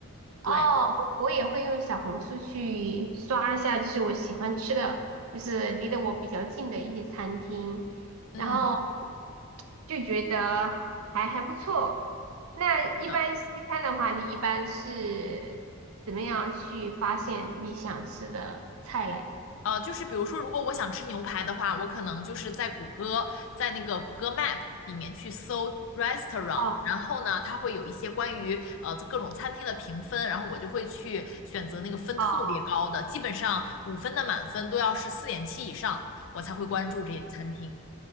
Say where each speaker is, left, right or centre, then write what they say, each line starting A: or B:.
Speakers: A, on the left (about 60°); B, on the right (about 70°).
A: 对，
B: 哦，哦，我也会用小红书去刷一下，就是我喜欢吃的，就是离得我比较近的一些餐厅，
A: 嗯，
B: 然后就觉得还还不错。那一般西餐的话，
A: 是的。
B: 你一般是怎么样去发现你想吃的菜嘞？
A: 呃，就是比如说，如果我想吃牛排的话，我可能就是在谷歌，在那个谷歌 Map 里面去搜 restaurant，
B: 哦
A: 然后呢，它会有一些关于呃各种餐厅的评分，然后我就会去选择那个分特别高的，
B: 哦
A: 基本上五分的满分都要是四点七以上，我才会关注这些餐厅。